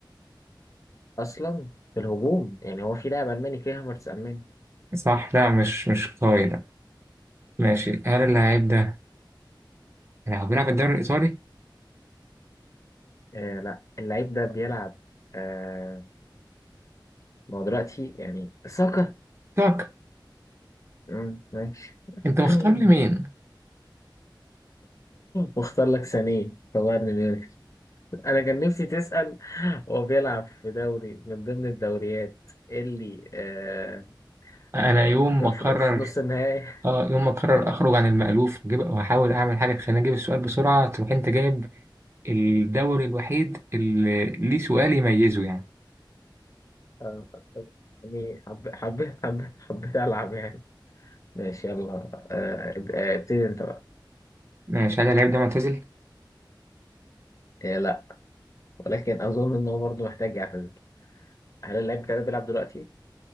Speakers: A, on the left (about 40°); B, on the right (about 30°).
A: اصلا في الهجوم يعني هو في لاعب الماني كيه هافرتس الماني
B: صح لا مش مش قوي لا ماشي هل اللاعب ده يعني هو بيلعب في الدوري الايطالي
A: آه لا اللعيب ده بيلعب آه ما هو دلوقتي يعني ساكا
B: تاك
A: مم، ماشي
B: انت مختار
A: <laughs>
B: لي مين
A: واختار لك سانيه في بايرن ميونخ انا كان نفسي تسأل هو بيلعب في دوري من ضمن الدوريات اللي آه
B: انا
A: آه
B: يوم
A: في,
B: ما
A: في,
B: اقرر
A: في نص النهائي
B: اه يوم ما اقرر
A: <laughs>
B: اخرج عن المألوف وأجيب- واحاول اعمل حاجه تخليني اجيب السؤال بسرعه تروح انت جايب الدوري الوحيد اللي ليه سؤال يميزه يعني
A: آه، يعني حب حب حب حبيت العب يعني ماشي يلا آه، آه، ابتدي انت بقى
B: ماشي هل اللعيب ده معتزل
A: آه، لا ولكن أظن إن هو برضه محتاج يعتزل هل اللعيب بتاعي ده بيلعب دلوقتي؟